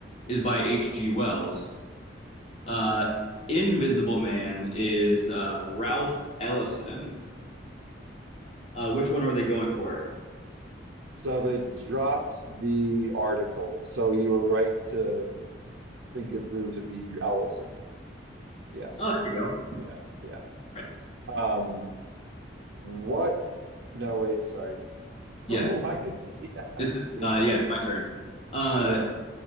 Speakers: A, on the left; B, on the right.
A: is by H.G. Wells. Uh, Invisible Man is uh, Ralph Ellison. Uh, which one were they going for?
B: So they dropped the article. So you were right to think it through to be Ellison. Yes.
A: Oh, there you go.
B: Yeah, yeah.
A: Right.
B: Um, what? No, wait, sorry. <laughs>
A: Yeah.
B: I don't know why. <laughs> Yeah.
A: This is uh yeah, it's my turn. Uh
B: Yeah.